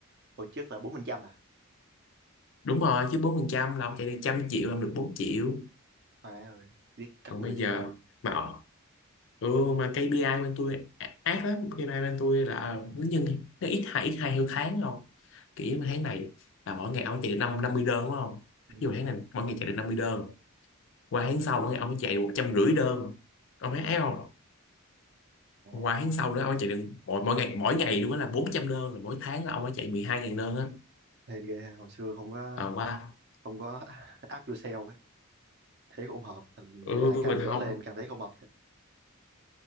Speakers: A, on the right; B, on the left.
A: hồi trước là 4% à
B: đúng rồi chứ bốn phần trăm là ông chạy được trăm triệu là ông được 4 triệu
A: Má ơi giết các
B: còn
A: người
B: bây giờ
A: giết cổ luôn
B: mà ừ mà KPI bên tôi á- ác lắm KPI bên tôi là nó nhân nó ít hai ít hai theo tháng không kiểu mà tháng này là mỗi ngày ông chạy được năm năm mươi đơn đúng không
A: Ừ.
B: ví dụ tháng này mỗi ngày chạy được 50 đơn qua tháng sau mỗi ngày ông chạy được một trăm rưỡi đơn ông thấy ác không
A: Đấy.
B: qua tháng sau nữa ông chạy được mỗi mỗi ngày mỗi ngày luôn á là 400 đơn là mỗi tháng là ông phải chạy mười hai ngàn đơn á
A: hên ghê ha, hồi xưa không có
B: à qua
A: không có <laughs> áp yourself ấy. thấy không hợp
B: ừ
A: và càng
B: mà
A: lớn
B: không
A: lên càng thấy không hợp thiệt.